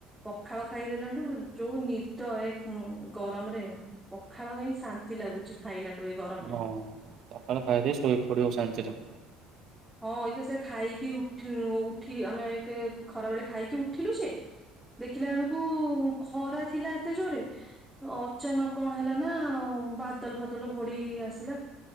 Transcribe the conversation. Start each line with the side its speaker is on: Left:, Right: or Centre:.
Centre: ପଖାଳ ଖାଇଦେଲାଠୁ ଯୋଉ ନିଦ ଖୁଁ ଏ ଗରମରେ। ପଖାଳ ଖାଇ ଶାନ୍ତି ଲାଗୁଛି। ଥାଇଲାଣ୍ଡୁ ଏ ଗରମରେ
Right: ହଁ ପଖାଳ ଖାଇକି ଶୋଇ ପଡିବ ଶାନ୍ତିରେ।
Centre: ହଁ ଏଇକା ସେ ଖାଇକି ଉଠ ଉଠି ଆମେ ଏକ ଖରା ବେଳେ ଖାଇକି ଉଠିଲୁ ଯେ। ଦେଖିଲା ବେଳକୁ ଖରା ଥିଲା ଏତେ ଜୋରେ ଅଚାନକ କଣ ହେଲାନା ବାଦଲ ଫାଦଲ ଘୋଡେଇ ଆସିଲା।